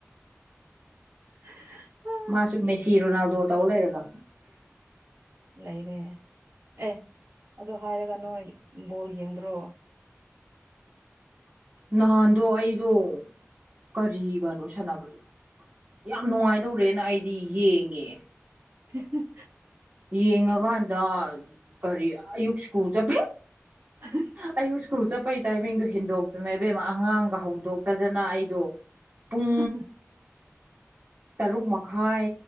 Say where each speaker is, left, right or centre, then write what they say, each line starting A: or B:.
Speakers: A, on the right (about 75°); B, on the right (about 50°).
A: <unintelligible>
B: ꯃꯥꯁꯨ ꯃꯦꯁꯤ ꯔꯣꯅꯥꯜꯗꯣ ꯇꯧ ꯂꯩꯔꯕꯣ
A: ꯂꯩꯔꯦ ꯑꯦ ꯑꯗꯨ ꯍꯥꯏꯔꯒ ꯅꯣꯏ ꯕꯣꯜ ꯌꯦꯡꯕ꯭ꯔꯣ
B: ꯅꯍꯥꯟꯗꯣ ꯑꯩꯗꯣ ꯀꯔꯤꯒꯅꯣ ꯁꯥꯟꯅꯕꯗꯣ ꯌꯥꯝ ꯅꯨꯡꯉꯥꯏꯗꯧꯔꯦꯅ ꯑꯩꯗꯤ ꯌꯦꯡꯉꯦ
A: <unintelligible>
B: ꯌꯦꯡꯉꯀꯥꯟꯗ ꯀꯔꯤ ꯑꯌꯨꯛ ꯏꯁ꯭ꯀꯨ ꯆꯠꯄꯩ
A: <unintelligible>
B: ꯑꯩꯕꯨ ꯁ꯭ꯀꯨꯜ ꯆꯠꯄꯒꯤ ꯇꯥꯏꯃꯤꯡꯗꯣ ꯍꯦꯟꯗꯣꯛꯇꯅ ꯏꯕꯦꯝꯃ ꯑꯉꯥꯡꯒ ꯍꯧꯗꯣꯛꯇꯗꯅ ꯑꯩꯗꯣ ꯄꯨꯡ
A: ꯎ
B: ꯇꯔꯨꯛ ꯃꯈꯥꯏ